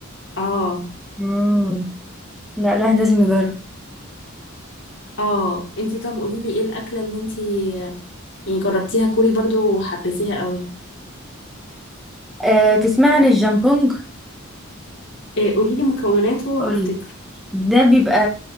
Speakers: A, on the left (about 60°); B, in the centre.
A: اه
B: مم. لا الواحد لازم يجرب
A: اه انتي طب قوليلي ايه الأكلة اللي انتي يعني جربتيها كوري برضو وحبيتيها قوي
B: أه تسمع عن الجامبونج
A: إيه قولي لي مكوناته وهفتكر
B: قولي ده بيبقى